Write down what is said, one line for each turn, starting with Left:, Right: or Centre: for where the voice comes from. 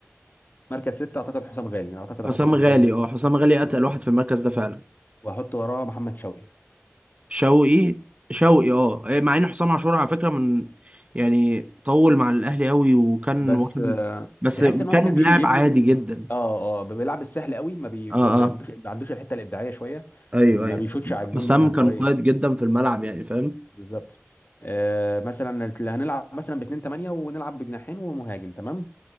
Left: مركز ستة اعتقد حسام غالي يعني اعتقد احط
Right: حسام
Left: حسام
Right: غالي
Left: غالي من غير
Right: اه حسام غالي
Left: من
Right: اتقل
Left: غير
Right: واحد في المركز ده فعلا
Left: واحط وراه محمد شوقي
Right: شوقي شوقي اه إيه، مع ان حسام
Left: آه.
Right: عاشور على فكره من يعني طول مع الاهلي قوي وكان
Left: بس
Right: واحد
Left: آه،
Right: بس
Left: تحس
Right: كان
Left: ان هو ما كانش
Right: لاعب
Left: بيبني
Right: عادي جدا
Left: اه اه بيلعب السهل قوي ما بي
Right: اه
Left: ما
Right: اه
Left: عندوش ما عندوش الحته الابداعيه شويه
Right: ايوه
Left: ما
Right: ايوه
Left: بيشوتش على الجون
Right: حسام
Left: مثلا
Right: كان
Left: كويس
Right: قائد جدا في الملعب يعني فاهم
Left: بالظبط آه مثلا اللي هنلعب مثلا ب 2 8 ونلعب بجناحين ومهاجم تمام